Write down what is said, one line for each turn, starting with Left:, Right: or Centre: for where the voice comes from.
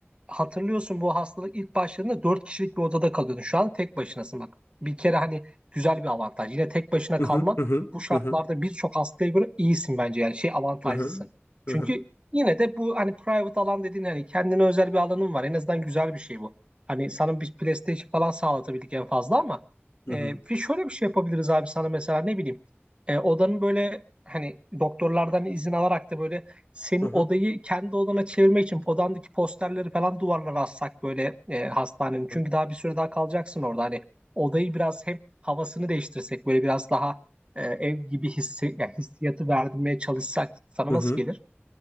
Right: hatırlıyorsun bu hastalık ilk başladığında 4 kişilik bir odada kalıyordun. Şu an tek başınasın bak. Bir kere hani güzel bir avantaj. Yine tek başına kalman
Left: Hı hı hı
Right: bu şartlarda
Left: hı hı
Right: birçok hastaya göre iyisin bence. Yani şey avantajlısın.
Left: hı hı
Right: Çünkü
Left: hı hı hı
Right: yine de bu hani private alan dediğin hani kendine özel bir alanın var. En azından güzel bir şey bu. Hani sana bir PlayStation falan sağlatabildik en fazla ama
Left: hı
Right: e,
Left: hı
Right: bir şöyle bir şey yapabiliriz abi sana mesela ne bileyim. E, odanın böyle hani doktorlardan izin alarak da böyle senin
Left: hı
Right: odayı kendi odana çevirmek için odandaki posterleri falan duvarlara assak böyle e, hastanenin. Çünkü
Left: hı,
Right: daha bir süre daha kalacaksın orada. Hani odayı biraz hem havasını değiştirsek böyle biraz daha e, ev gibi hissi, yani hissiyatı verdirmeye çalışsak sana
Left: hı
Right: nasıl
Left: hı.
Right: gelir?